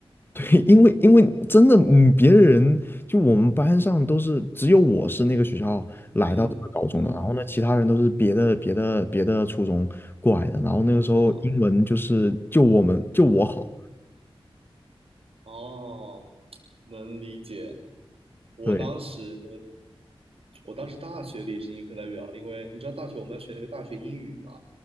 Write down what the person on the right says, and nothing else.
嗯嗯，
懂了。哦，能理解。我当时
我当时大学里是英语课代表，因为你知道大学我们要学那个大学英语嘛，